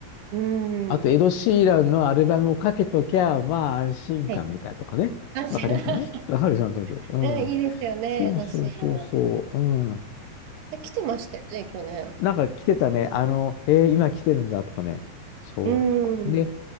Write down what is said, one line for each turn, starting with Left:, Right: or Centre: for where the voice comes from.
Right: うーん。
Left: あと、エド・シーランのアルバムをかけときゃ、まあ安心感みたいなとかね。
Right: はい。安心
Left: わかりやすいのね。
Right: <laughs>
Left: わかる、なんとなく。うん。
Right: うん、いいですよね、
Left: そうそうそうそう。
Right: ドシーラン。
Left: うん。
Right: え来てましたよね、去年。
Left: なんか来てたね。あの、えー今来てるんだとかね。そう。
Right: うー
Left: で、
Right: ん。